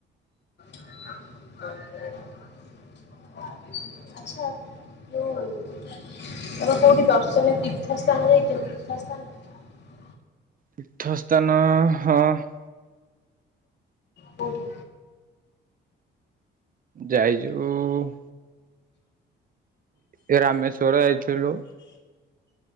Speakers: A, on the left (about 60°); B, on the right (about 45°).
A: ଆଛା ଯଉ ତମେ କୋଉଠି ଦର୍ଶନିୟ ତୀର୍ଥସ୍ଥାନ ଯାଇଛ ତୀର୍ଥସ୍ଥାନ ।
B: ତୀର୍ଥ ସ୍ଥାନ ହଁ ।
A: କୋଉଠି।
B: ଯାଇଚୁ । ଏଇ ରାମେଶ୍ଵର ଯାଇଥିଲୁ ।